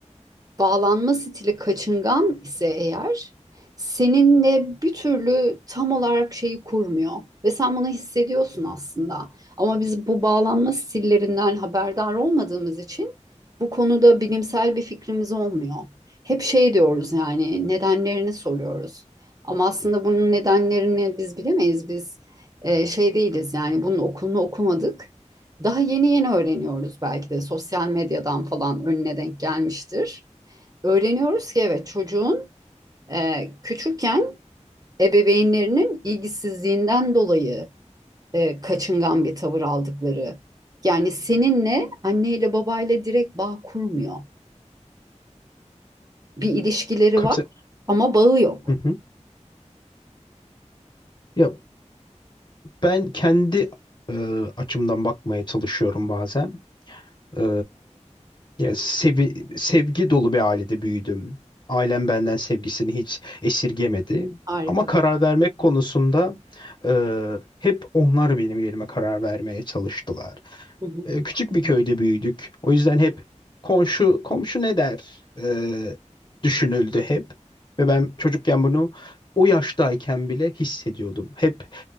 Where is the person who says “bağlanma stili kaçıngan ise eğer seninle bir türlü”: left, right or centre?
Right